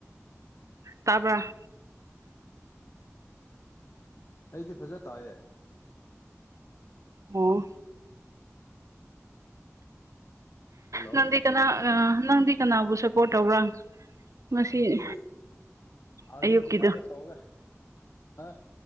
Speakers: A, on the right; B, on the left.
A: ꯇꯥꯕ꯭ꯔꯥ
B: ꯑꯩꯗꯤ ꯐꯖ ꯇꯥꯏꯌꯦ
A: ꯑꯣ
B: ꯍꯜꯂꯣ
A: ꯅꯪꯗꯤ ꯀꯅꯥ ꯅꯪꯗꯤ ꯀꯅꯥꯕꯨ ꯁꯞꯄꯣꯔꯠ ꯇꯧꯕ꯭ꯔꯥ ꯉꯁꯤ
B: ꯑꯩꯈꯣꯏꯗꯤ ꯑꯥꯔꯖꯦꯟꯇꯤꯅꯥꯗ
A: ꯑꯌꯨꯛꯀꯤꯗꯣ
B: ꯇꯧꯔꯦ ꯑ